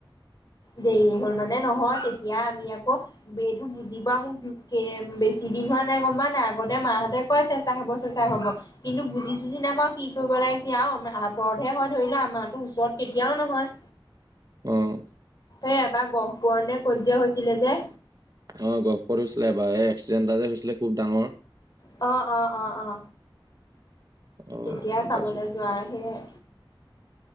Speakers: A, on the left (about 45°); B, on the right (about 45°).
A: দেৰি হ'ল মানে নহয়। তেতিয়া আমি আকৌ বেইটো বুজি পোৱা মোক। কে বেছি দিন হোৱা নাই গ'ম পা নাই। আগতে মাহঁতে কয় চেঁচা হ'ব চেঁচা হ'ব কিন্তু বুজি চুজি নাই। তেতিয়া আমাৰ কি কৰিব লাগে। কি আৰু আমাৰ আতৰতহে হয় ধৰিলোৱা আমাৰতো ওচৰত কেতিয়াও নহয়।
B: উম।
A: এই এবাৰ গহপুৰৰ নে ক'ৰবাত হৈছিলে যে।
B: অ গহপুৰত হৈছিলে এবাৰ এই এক্সিডেণ্টটা যে হৈছিলে খুব ডাঙৰ।
A: অ, অ, অ, অ।
B: আহ
A: তেতিয়া
B: গ'ম
A: চাবলৈ
B: পাইছো।
A: যোৱা সেয়াই